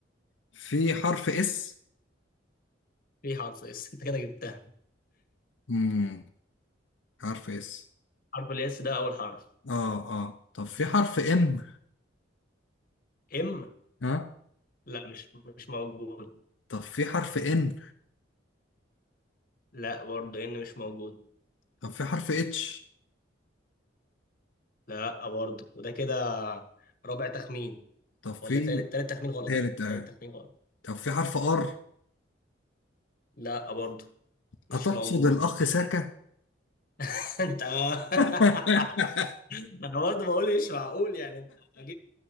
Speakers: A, on the left; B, on the left.
A: في حرف إس
B: في حرف اس انت كده جبتها
A: امم حرف إس
B: حرف الاس ده اول حرف
A: آه آه طب في حرف إم
B: ام
A: ها
B: لا مش مش موجود
A: طب في حرف إن
B: لا برضه ان مش موجود
A: طب في حرف اتش
B: لا برضه وده كده رابع تخمين
A: طب في
B: ولا تالت تالت تخمين غلط
A: تالت آه.
B: تالت تخمين غلط
A: طب في حرف ار
B: لا برضه مش
A: أتقصد
B: موجود
A: الأخ ساكا؟
B: <laughs> انت انا
A: <laughs>
B: برضه بقول مش معقول يعني انت جبت